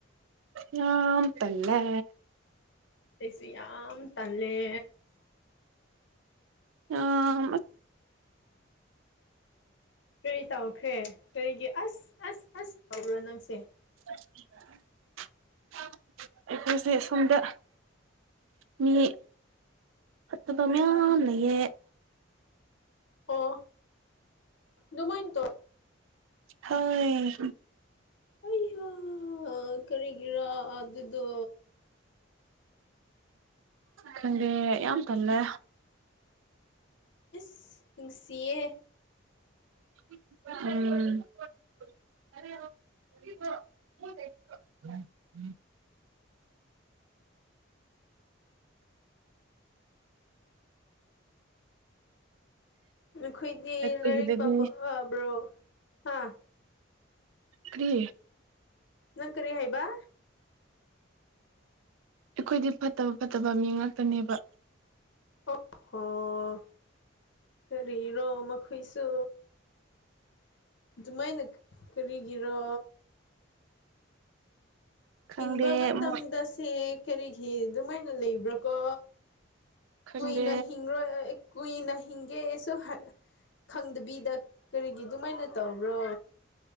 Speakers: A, on the right (about 75°); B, on the left (about 60°).
A: ꯌꯥꯝ ꯇꯜꯂꯦ
B: ꯑꯩꯁꯨ ꯌꯥꯝ ꯇꯜꯂꯦ
A: ꯑꯥ
B: ꯀꯔꯤ ꯇꯧꯈ꯭ꯔꯦ ꯀꯔꯤꯒꯤ ꯑꯁ ꯑꯁ ꯑꯁ ꯇꯧꯕ꯭ꯔꯣ ꯅꯪꯁꯦ
A: <unintelligible> ꯑꯩꯈꯣꯏꯁꯦ ꯁꯣꯝꯗ ꯃꯤ ꯐꯠꯇꯕ ꯃꯌꯥꯝ ꯂꯩꯌꯦ
B: ꯑꯣ ꯑꯗꯨ ꯃꯣꯏ ꯇꯧ
A: ꯍꯣꯏ
B: ꯑꯌꯥ ꯀꯔꯤꯒꯤꯔꯥ ꯑꯗꯨꯗꯣ
A: ꯈꯪꯗꯦ ꯌꯥꯝ ꯇꯜꯂꯦ
B: ꯑꯁ ꯅꯨꯡꯁꯤꯌꯦ
A: ꯎꯝ <unintelligible>
B: ꯑꯩꯈꯣꯏꯗꯤ
A: ꯑꯩꯈꯣꯏꯒꯤꯗꯗꯤ
B: ꯂꯥꯏꯔꯤꯛ ꯄꯥ ꯄꯕ꯭ꯔꯣ ꯍꯥ
A: ꯀꯔꯤ
B: ꯅꯪ ꯀꯔꯤ ꯍꯥꯏꯕ
A: ꯑꯩꯈꯣꯏꯗꯤ ꯐꯠꯇꯕ ꯐꯠꯇꯕ ꯃꯤ ꯉꯥꯛꯇꯅꯦꯕ
B: ꯑꯣ ꯀꯔꯤꯔꯣ ꯃꯈꯣꯏꯁꯨ ꯑꯗꯨꯃꯥꯏꯅ ꯀꯔꯤꯒꯤꯔꯣ
A: ꯈꯪꯗꯦ
B: ꯍꯤꯡꯕ ꯃꯇꯝꯗꯁꯦ
A: ꯃꯣꯏ
B: ꯀꯔꯤꯒꯤ ꯑꯗꯨꯃꯥꯏꯅ ꯂꯩꯕ꯭ꯔꯥꯀꯣ
A: ꯈꯪꯗꯦ
B: ꯀꯨꯏꯅ ꯍꯤꯡꯔꯣꯏ ꯀꯨꯏꯅ ꯍꯤꯡꯒꯦꯁꯨ ꯈꯪꯗꯕꯤꯗ ꯀꯔꯤꯒꯤ ꯑꯗꯨꯃꯥꯏꯅ ꯇꯧꯕ꯭ꯔꯣ